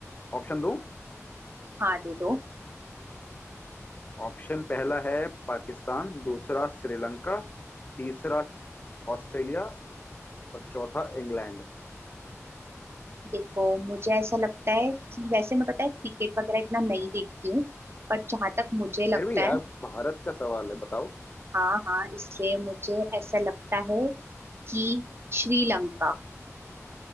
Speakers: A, on the left; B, on the right.
A: ऑप्शन दूं
B: हाँ दे दो
A: ऑप्शन पहला है पाकिस्तान दूसरा श्रीलंका तीसरा ऑस्ट्रेलिया और चौथा इंग्लैंड
B: देखो मुझे ऐसा लगता है कि वैसे मैं पता है क्रिकेट वगैरह इतना नहीं देखती हूँ पर जहां तक मुझे लगता
A: फिर भी यार
B: है
A: भारत का सवाल है बताओ
B: हाँ हाँ इसलिए मुझे ऐसा लगता है कि श्रीलंका